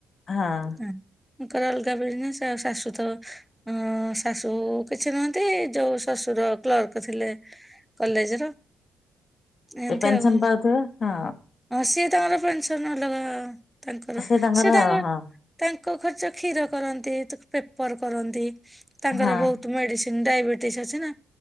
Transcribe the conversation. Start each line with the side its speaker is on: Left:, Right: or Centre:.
Left: ହଁ।
Centre: ତାଙ୍କର ଅଲଗା ବିଜନେସ୍ ଆ ଶାଶୁ ତ ଅ ଶାଶୁ କିଛି ନୁହନ୍ତି ଯୋଉ ଶଶୁର କ୍ଲର୍କ ଥିଲେ। କଲେଜ ର ଏମତି
Left: ସେ ପେନସନ
Centre: ଆଉ।
Left: ପାଉଥିବେ ହଁ
Centre: ହଁ ସିଏ ତାଙ୍କର ପେନସନ ଅଲଗା ତାଙ୍କର
Left: ସେ
Centre: ସିଏ ତାଙ୍କର
Left: ହଁ
Centre: ତାଙ୍କ ଖର୍ଚ କ୍ଷୀର କରନ୍ତି ତାକୁ ପେପର କରନ୍ତି ତାଙ୍କର
Left: ହଁ
Centre: ବହୁତ ମେଡିସିନ ଡାଇବେଟିସ୍ ଅଛି ନା